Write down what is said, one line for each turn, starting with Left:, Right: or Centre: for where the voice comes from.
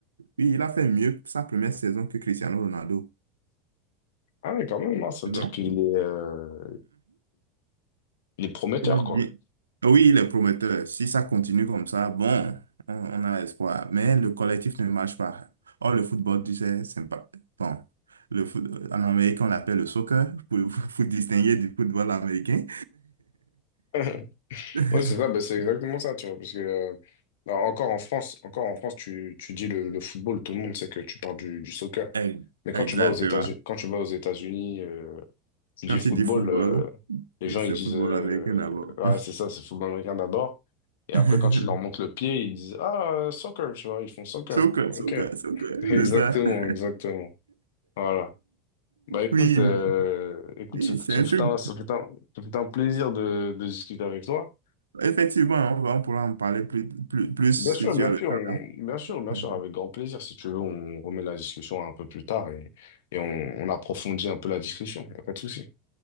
Right: Oui, il a fait mieux sa première saison que Cristiano Ronaldo.
Left: Ah oui, quand même, hein, ça
Right: Tu
Left: veut dire
Right: vois?
Left: qu'il est, euh, il est prometteur,
Right: Il a-
Left: quoi.
Right: Et- Oui, il est prometteur. Si ça continue comme ça, bon, on, on a espoir. Mais le collectif ne marche pas. Or, le football, tu sais, c'est pas... Bon, le foot... euh, en Amérique, on l'appelle le soccer, pour, <laughs> pour distinguer du football américain.
Left: <laughs>
Right: <laughs>
Left: Ouais, c'est ça, bah, c'est exactement ça, tu vois, parce que, euh, alors, encore en France, encore en France, tu, tu dis le, le football, tout le monde sait que tu parles du, du soccer.
Right: Eh,
Left: Mais quand
Right: Exactement.
Left: tu vas aux États-Unis, quand tu vas aux États-Unis, euh, Tu
Right: Quand
Left: dis football,
Right: tu dis football,
Left: euh, les gens
Right: c'est
Left: ils disent
Right: football
Left: euh,
Right: américain d'abord.
Left: ah, c'est ça, c'est football américain d'abord. Et
Right: <laughs>
Left: après, quand tu leur montres le pied, ils disent ah, euh, soccer, tu vois, ils font soccer.
Right: Soccer, soccer,
Left: Ok,
Right: soccer,
Left: <laughs> exactement,
Right: c'est ça. <laughs>
Left: exactement. Voilà. Bah écoute,
Right: Oui,
Left: euh,
Right: mais
Left: écoute,
Right: Oui,
Left: ce,
Right: c'est
Left: ce
Right: un
Left: fut
Right: truc
Left: un, ce fut un, ce fut un plaisir de, de discuter avec toi.
Right: Effectivement, on va- on pourra en parler plus, plus, plus
Left: Bien sûr,
Right: si tu
Left: bien
Right: as le
Left: sûr,
Right: temps.
Left: on-
Right: hein.
Left: bien sûr, bien
Right: Mhm.
Left: sûr, avec grand plaisir. Si tu veux, on remet la discussion un peu plus tard et, et on, on approfondit un peu la discussion. Y a pas de souci.